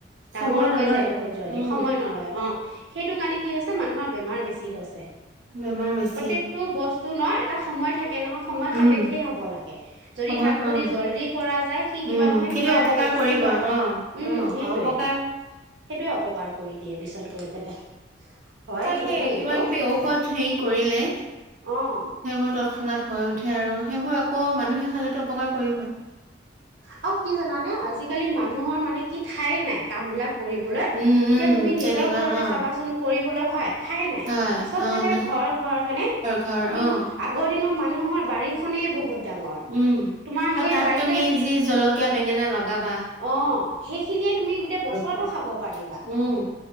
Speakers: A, on the right; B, on the right.
A: ডাঙৰ
B: সময়
A: হৈ
B: নলয়।
A: যায় বহুত যোৱালে
B: উম,
A: সময় নলয় অ'। অ সেইটো কাৰণে কি হৈছে মানুহৰ বেমাৰ বেছি হৈছে
B: বেমাৰ বেছি,
A: প্ৰত্যেকটো বস্তু ন এটা সময় থাকে নহয় সময়
B: উম,
A: সাপেক্ষেই হ'ব লাগে যদি
B: সময়
A: তাক যদি
B: অ',
A: জল্দি কৰা যায় সি কিবা
B: উম,
A: নহয়
B: সেইটো
A: কিবা এটা
B: অপকাৰ
A: মেডিচিন
B: কৰিব
A: পাব
B: অ',
A: উম,
B: অ',
A: সেইটোৱে
B: অপকাৰ
A: সেইটোৱে অপকাৰ কৰি দিয়ে। পিছত গৈ পেলাই। হয়
B: তাত
A: কিন্তু
B: সেই
A: দেই
B: কিবা
A: এইটো
B: কিবি ঔষধ হেৰি কৰিলে সেইবোৰ
A: অঁ
B: তৎক্ষণ নাত হয় উঠে <unintelligible> সেইবোৰ আকৌ মানুহে খালে অপকাৰ কৰিব।
A: আৰু কি জানানে আজিকালি মানুহৰ মানে কি ঠাই নাই কামবিলাক কৰিবলৈ,
B: উম,
A: এতিয়া
B: উম,
A: তুমি নিজৰ
B: তেনেকুৱা
A: ঘৰতে
B: অ',
A: চাবাচোন কৰিবলৈ <unintelligible> ঠাই নাই,
B: হয়
A: চব
B: অ',
A: ফালে
B: না
A: ঘৰ ঘৰ হয়নে
B: ঘৰ
A: কিন্তু
B: অ'।
A: আগৰ দিনৰ মান মানুহৰ বাৰীখনেই বহুত। ডাঙৰ,
B: উম
A: তোমাৰ
B: আৰু
A: সেই
B: তাত
A: বাৰীত
B: তুমি যি জলকীয়া বেঙেনা লগাব
A: অ', সেইখিনিয়ে তুমি গোটেই বছৰটো
B: হ'ব
A: খাব পাৰিবা।
B: উম